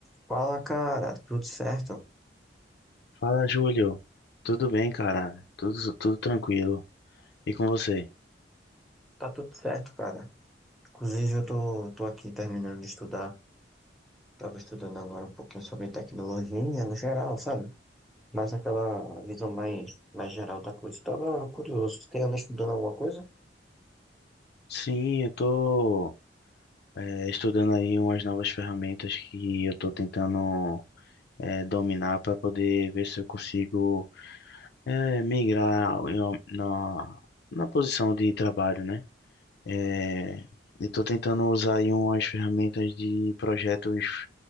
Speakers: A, in the centre; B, on the left (about 65°).
A: Fala, cara, tudo certo?
B: Fala, Júlio. Tudo bem, cara? Tudo, tudo tranquilo. E com você?
A: Tá tudo certo, cara. Inclusive, eu tô, tô aqui terminando de estudar. Tava estudando agora um pouquinho sobre tecnologia no geral, sabe? Mas aquela visão mais, mais geral da coisa. Tava curioso. Você anda estudando alguma coisa?
B: Sim, eu tô é, estudando aí umas novas ferramentas que eu tô tentando é, dominar para poder ver se eu consigo é, migrar eu- na, na posição de trabalho, né? É, e tô tentando usar aí umas ferramentas de projetos